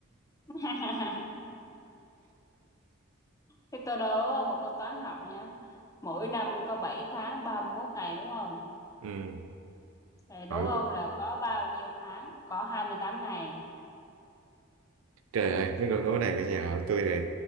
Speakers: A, on the left; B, on the right.
A: <laughs> Thế tôi đố một câu toán học nha. Mỗi năm có 7 tháng 31 ngày đúng không?
B: ừ.
A: Rồi đố
B: hỏi
A: ông là có bao nhiêu tháng? Có 28 ngày.
B: trời ơi mấy câu đố này bây giờ hỏi tôi là